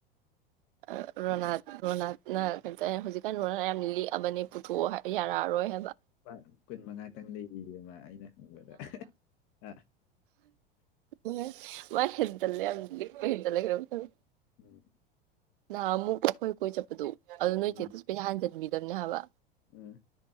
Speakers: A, on the right; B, on the left.
A: ꯑ ꯔꯣꯅꯥꯜ ꯔꯣꯅꯥꯠꯅ ꯀꯩꯅꯣ ꯍꯧꯖꯤꯛꯀꯥꯟ ꯔꯣꯅꯥꯠ ꯌꯥꯝꯅ ꯂꯤꯛꯑꯕꯅꯦ ꯄꯨꯊꯣꯛꯑꯣ ꯌꯥꯔꯛꯑꯔꯣꯏ ꯍꯥꯏꯕ
B: ꯂꯨꯄꯥ ꯀꯨꯟ ꯃꯉꯥꯇꯪ ꯂꯩꯔꯤ ꯃꯥ ꯑꯩꯅ ꯍꯪꯕꯗ ꯑ
A: ꯎꯁ <unintelligible> ꯍꯦꯟꯖꯜꯂꯦ ꯌꯥꯝ ꯂꯤꯛꯄ ꯍꯦꯟꯖꯜꯂ ꯀꯩꯅꯣꯝ ꯇꯧꯑꯦ
B: ꯎꯝ
A: ꯅꯍꯥꯟ ꯑꯃꯨꯛ ꯑꯩꯈꯣꯏ ꯀꯣꯏ ꯆꯠꯄꯗꯣ ꯑꯗꯨ ꯅꯣꯏ
B: ꯎꯝ
A: ꯆꯦꯇꯤꯁ ꯄꯩꯁꯥ ꯍꯟꯖꯤꯟꯕꯤꯗꯕꯅꯦ ꯍꯥꯏꯕ
B: ꯎꯝ